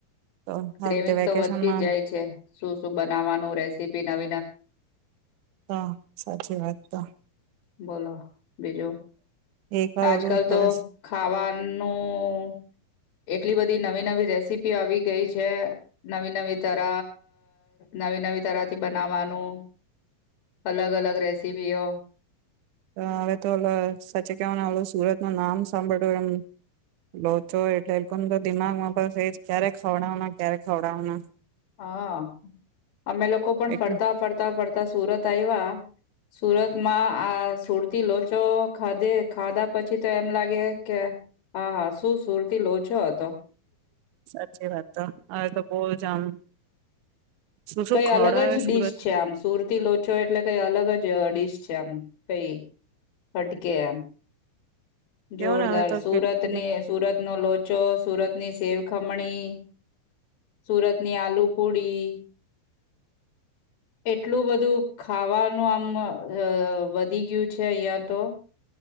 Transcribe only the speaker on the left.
ગ્રેવિંગ
તો વધતી જાય છે શું શું બનાવાનું રેસીપી નથી
બોલો બીજું
આજકાલ
તો ખાવાનું એટલી બધી નવી નવી રેસીપી આવી ગઈ છે નવી નવી તર નવી નવી તરથી બનાવાનું અલગ અલગ રેસીપીઓ
હા અમે લોકો પણ
ફરતા ફરતા ફરતા સુરત આવ્યા સુરતમાં આ સુરતી લોચો ખાધે ખાધા પછી તો એમ લાગે કે હા હા શું સુરતી લોચો હ તો.
કઈ
અલગ જ ડીશ
છે આમ. સુરતી લોચો એટલે કઈ અલગ જ જ ડીશ છે એમ, કઈ ફટકે એમ
જોરદાર
સુરતની
સુરતનો લો ચો સુરત ની સેવખમણી, સુરતની આલુ પુડી એટલું બધું ખાવાનું આમ અ અ વધી ગયું છે અહિયા તો.